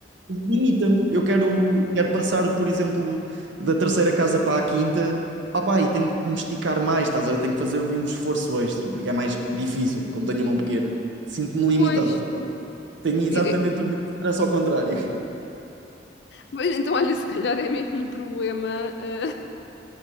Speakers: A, on the right; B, on the left.
A: Limita-me. Eu quero, quero passar, por exemplo, da terceira casa para a quinta. Opá, e tenho que me esticar mais, estás a ver? Tenho que fazer ali um esforço extra, porque é mais difícil, como tenho a mão pequena. Sinto-me limitado.
B: pois.
A: Tenho exatamente
B: Eu- eu-
A: o mesmo stress ao contrário.
B: pois, Então, olha, se calhar é mesmo um problema eh,